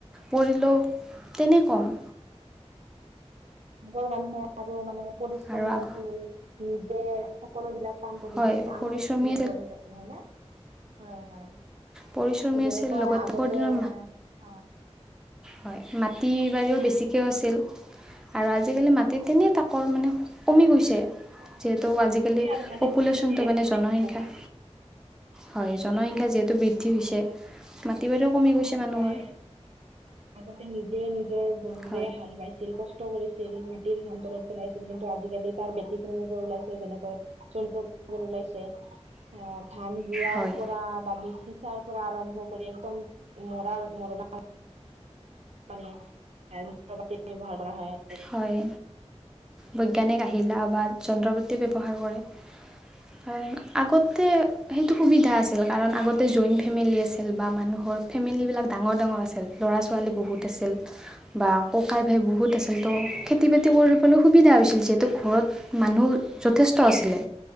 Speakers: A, in the centre; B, on the right.
A: কৰিলেও
B: উম উম
A: তেনে কম
B: আগৰ মানুহে আৰু মানে পৰিশ্ৰমী
A: আৰু আগ
B: আছিল নিজে সকলো বিলাক কাম কৰিছিল
A: হয়
B: আনৰ
A: পৰিশ্ৰমী
B: ওপৰত নিৰ্ভৰশীল আছিল হয়নে। হয় হয়
A: পৰিশ্ৰমী
B: যেনেকৈ
A: আছিল লগতে
B: আগতে
A: আগৰ দিনৰ
B: এ- হয়
A: হয় মাটি
B: আগতে
A: বাৰীও বেছিকৈ আছিল, আৰু আজিকালি মাটি
B: হয়
A: তেনেই
B: হয়।
A: তাকৰ মানে- কমি গৈছে,
B: হয়
A: যিহেতু আজিকালি
B: আৰু মানে
A: পপুলেচনটো
B: খালি নিজৰ
A: মানে
B: খিনি
A: জনসংখ্যা-
B: অকমান
A: হয় জনসংখ্যা যিহেতু বৃদ্ধি হৈছে
B: আৰু
A: মাটি বাৰীও কমি গৈছে
B: যেনেকৈ
A: মানুহৰ।
B: আগতে নিজে নিজৰ গৰুৰে
A: হয়
B: হাল বাইছি- ছিল কষ্ট কৰিছিল মাটিৰ ঘাম তলত পেলাইছিল কিন্তু আজিকালি তাৰ ব্যতিক্ৰমি বোৰ ওলাইছে যেনেকৈ- যন্ত্ৰবোৰ ওলাইছে, আহ ধান ৰোৱাৰ
A: হয়
B: পৰা বা বিচি চাৰ- পৰা আৰম্ভ কৰি একদম মৰাৰ মৰণা- মানে যন্ত্ৰপাতিৰ ব্যৱহাৰ কৰা হয়, আ-
A: হয়, বৈজ্ঞানিক আহিলা বা যন্ত্ৰপাতি ব্যৱহাৰ কৰে। হয়, আগতে সেইটো সুবিধা আছিল কাৰণ আগতে জইন ফেমিলি আছিল বা মানুহৰ ফেমিলিবিলাক ডাঙৰ ডাঙৰ আছিল। ল'ৰা ছোৱালী বহুত আছিল বা ককাই ভাই বহুত আছিল। তো খেতি বাতি কৰিবলৈ সুবিধা হৈছিল যিহেতু ঘৰত- মানুহ যথেষ্ট আছিলে,